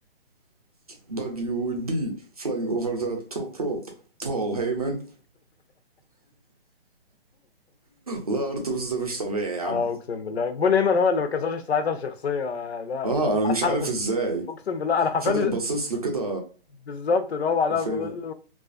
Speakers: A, on the right; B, on the left.
A: but you will be flying over the top rope Paul Heyman لا ارتبس ده مش طبيعي يا عم
B: اه اقسم بالله بول هيمن هو اللي ما كسرش ساعتها الشخصيه آه، لا
A: اه انا مش
B: انا عارف
A: عارف ازاي
B: اقسم بالله انا حرفيا
A: فضل باصص له كده
B: بالظبط اللي هو بعدها
A: فين
B: بيقول له